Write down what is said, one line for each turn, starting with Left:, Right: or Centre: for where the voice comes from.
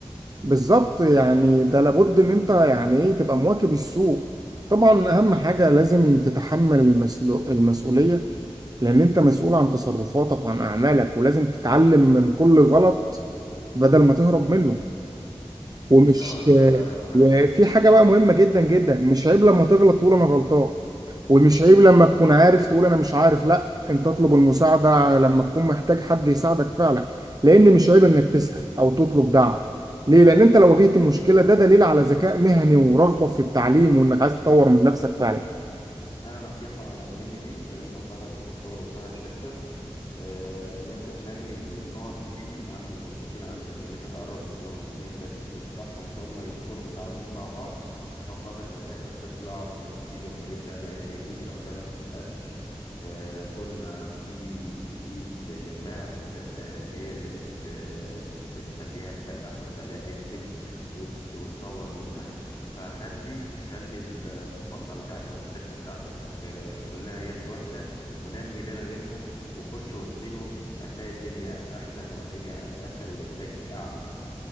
Right: بالظبط يعني ده لابد ان انت يعني ايه تبقى مواكب السوق طبعا اهم حاجة لازم تتحمل المسلو- المسؤولية لان انت مسؤول عن تصرفاتك وعن اعمالك ولازم تتعلم من كل غلط بدل ما تهرب منه ومش
Left: أكيد طبعا ده ده أهم حاجة
Right: وفي حاجة بقى مهمة جدا جدا مش عيب لما تغلط تقول أنا غلطان ومش عيب لما تكون عارف تقول أنا مش عارف لا أنت تطلب المساعدة لما تكون محتاج حد يساعدك فعلا لأن مش عيب إنك تسأل أو تطلب دعم ليه؟ لأن أنت لو واجهت المشكلة ده دليل على ذكاء مهني ورغبة في التعليم وإنك عايز تطور من نفسك فعلا
Left: أنا نصيحة مني ليك إذا ما أنت صاحب شغل وصاحب شركة آه، ان انت تنمي النقط دي عند الموظفين عندك ان انت تقرب منهم وان انت تدفعهم ان هم يكونوا متعاونين مع بعض عشان خاطر في الاخر تطلع بالنتيجة كويسة لان ايد لوحدها ما بتسقفش آه، طول ما في ايد جنبها بتس... آه، هي اللي بت... آه، بتخليها تسقف وتخليها تنتج وت... وتطور منها فخليك خلي المصنع بتاعك او الشركة بتاعتك آه، كلها يد واحدة ونمي ده ما بينهم وخش وسطيهم هتلاقي الدنيا أحسن والدنيا أسهل والإنتاج أعلى